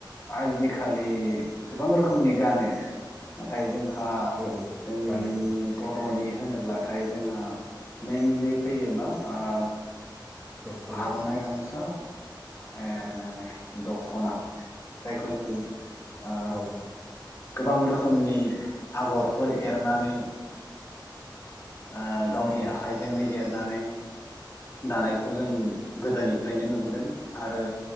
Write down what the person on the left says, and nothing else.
आजिखालि गोबां रोखोमनि गानो। नाथाय जोंहा
जोंनि
बर'नि होनोब्लाथाय जोंहा मैनलि फैयो मा ओ
आर'नाइ गामसा ओ दख'ना जायखौ जों ओ
गोबां रोखोमनि आगरफोर एरनानै ओ गावनि
आखाइजोंनो एरनानै दानायखौ जों गोदोनिफ्रायनो नुबोदों आरो